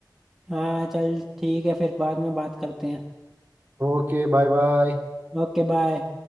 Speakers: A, in the centre; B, on the right.
A: हाँ चल ठीक है फिर बाद में बात करते हैं
B: Okay bye bye
A: Okay bye